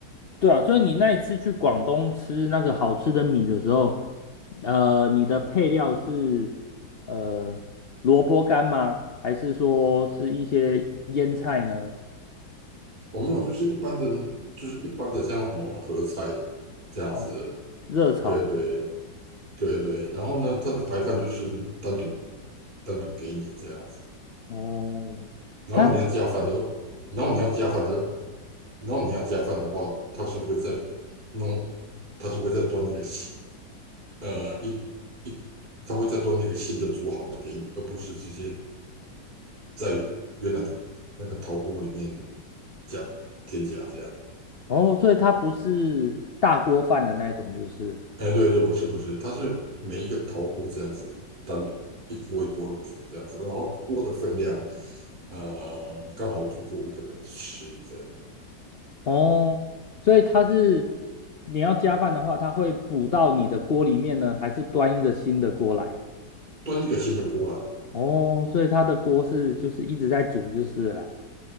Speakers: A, on the left; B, on the right.
A: 对啊，所以你那一次去广东吃那个好吃的米的时候，呃，你的配料是呃萝卜干吗？还是说是一些腌菜呢？
B: 我们有就是一般的，就是一般的像那种合菜这样子，
A: 哦，热炒。
B: 对对对对。然后呢，它的白饭就是单独单独给你这样子，
A: 哦，
B: 然后你要加饭的，
A: 它
B: 然后你要加饭的，然后你要加饭的话，他是会再弄，他是会再端一个新呃一一，他会再端一个新的煮好的给你，而不是直接在原来的那个陶锅里面加添加这样。
A: 哦，所以它不是大锅饭的那一种，就是
B: 哎，对对，不是不是，它是每一个陶锅这样子单独一锅一锅的煮这样子，然后锅的分量呃刚好足够一个人吃这样，
A: 哦，所以它是你要加饭的话，它会补到你的锅里面呢，还是端一个新的锅来？
B: 端一个新的锅来。
A: 哦，所以它的锅是就是一直在煮就是了